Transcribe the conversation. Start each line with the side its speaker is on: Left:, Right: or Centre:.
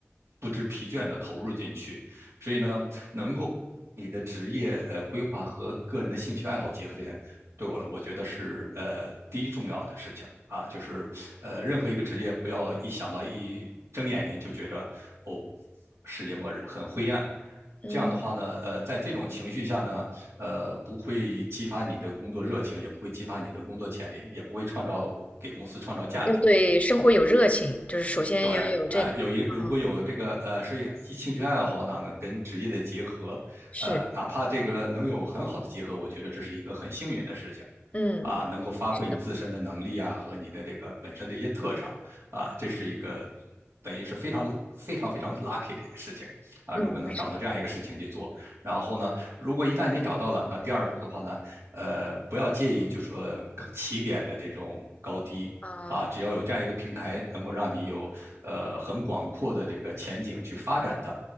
Right: 不知疲倦的投入进去。所以呢，能够你的职业呃规划和个人的兴趣爱好结合起来，对我了，我觉得是呃第一重要的事情啊，就是呃任何一个职业，不要一想到一睁眼睛就觉着哦，世界末日很灰暗。
Left: 嗯，
Right: 这样的话呢，呃，在这种情绪下呢，呃，不会激发你的工作热情，也不会激发你的工作潜力，也不会创造给公司创造价值。
Left: 要对生活有热情，就是首先要有这个。
Right: 对，啊、呃有一如果有这个呃，
Left: 嗯，
Right: 所以兴趣爱好呢，呢跟职业的结合，
Left: 是，
Right: 呃，哪怕这个能有很好的结合，我觉得这是一个很幸运的事情，
Left: 嗯，
Right: 啊，能够发挥你自身的能力啊和你的这个本身的一些特长啊，
Left: 是的，
Right: 这是一个等于是非常非常非常 lucky 的一个事情啊。
Left: 嗯，
Right: 如果能找到这样一个事情去做，
Left: 是的，
Right: 然后呢，如果一旦你找到了，那第二步的话呢，呃，不要介意就说起点的这种高低啊，
Left: 嗯，
Right: 只要有这样一个平台，能够让你有呃很广阔的这个前景去发展它，